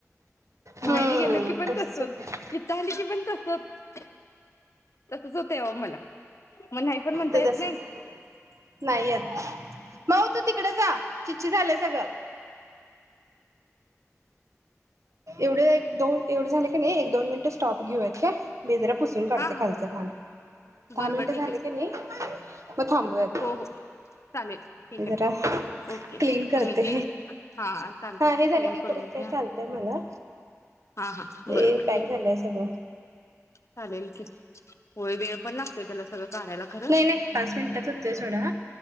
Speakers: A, on the left; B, on the right.
A: माहेरी
B: हम्म
A: गेली की पण
B: तसच
A: तसंच
B: होत
A: इथे आले की पण तसच. तसच होतय अहो मला मग नाही पण म्हणता
B: ते
A: येत
B: तसच
A: नाही.
B: नाही येत. माऊ तू तिकडे जा, छी छी झालंय सगळं एवढे दोन झाले क नई एक दोन मिनिटं स्टॉप घेऊ यात काय मी जरा पुसून काढते
A: हा हा
B: खालची घाण दहा
A: बरं
B: मिनिटे
A: बरं ठीक
B: झाली
A: आहे
B: कनी मग थांबूयात
A: हो हो चालेल ठीक
B: मी
A: आहे
B: जरा
A: ओके
B: क्लीन
A: तुम्ही
B: करते.
A: क्लीन हा चालते
B: पाणी
A: क्लीन
B: झाल की
A: करून
B: परत
A: घ्या
B: काय चालतय मला
A: हा हा
B: ये
A: बरोबर
B: पॅक
A: ठीक
B: झाला
A: आहे
B: सगळ
A: चालेल की होय वेळ पण नसतोय त्याला सगळं काढायला खरं
B: नाही नाही पाच मिनिटात होतया सोडा